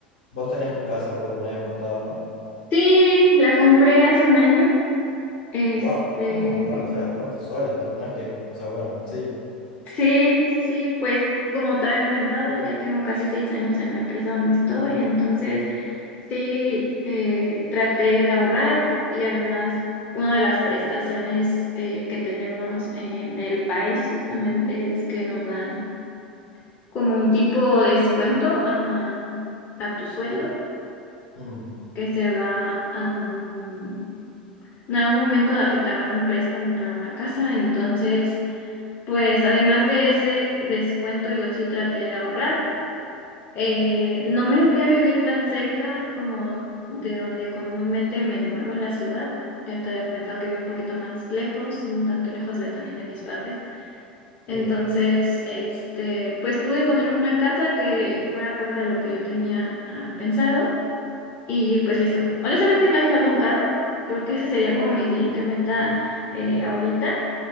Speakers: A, on the left; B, on the left.
A: Vos tenés tu casa, por lo que me habías contado, ¿no?
B: Sí, la compré hace un año. Este,
A: Wow, es un montón, o sea, la compraste sola, tipo, no es que, o sea, bueno, sí.
B: Sí, sí, sí, pues como te había comentado, ya tengo casi seis años en la empresa donde estoy, entonces sí, eh, traté de ahorrar y además una de las prestaciones eh, que tenemos en el país justamente es que nos dan como un tipo de descuento a, a tu sueldo
A: Mm,
B: que se va a un en algún momento a que te hagan un préstamo para una casa. Entonces, pues además de ese descuento, yo sí traté de ahorrar. Eh, no me voy a vivir tan cerca como de donde comúnmente me muevo en la ciudad. Ya te había comentado que vivo un poquito más lejos, un tanto lejos de, también de mis padres. Entonces,
A: sí.
B: este, pues pude encontrar una casa que fuera acorde a lo que yo tenía ah, pensado. Y pues listo. Honestamente me hace falta un carro. Creo que esa sería como mi siguiente meta eh, ahorita,